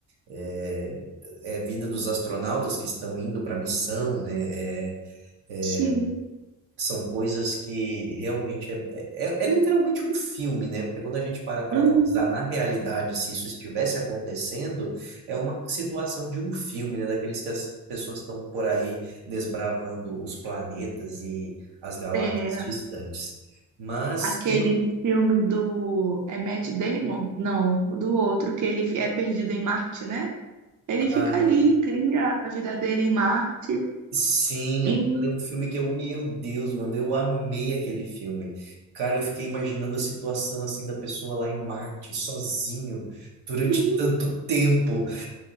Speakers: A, on the right; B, on the right.
A: é, é a vida dos astronautas que estão indo para a missão, né? É, é,
B: Sim.
A: são coisas que realmente é, é, é é literalmente um filme, né? Porque quando a gente para para
B: Uhum.
A: analisar na realidade se isso estivesse acontecendo, é uma situação de um filme, né? Daqueles que as pessoas estão por aí desbravando os planetas e as galáxias
B: É,
A: distantes. Mas
B: aquele
A: eu,
B: filme do. É Matt Damon? Não, do outro, que ele é perdido em Marte, né? Ele fica
A: ah,
B: ali, cria a vida dele em Marte.
A: Sim,
B: E...
A: aquele é um filme que eu, meu Deus, mano, eu amei aquele filme. Cara, eu fiquei imaginando a situação assim da pessoa lá em Marte, sozinho, durante
B: Sim.
A: tanto tempo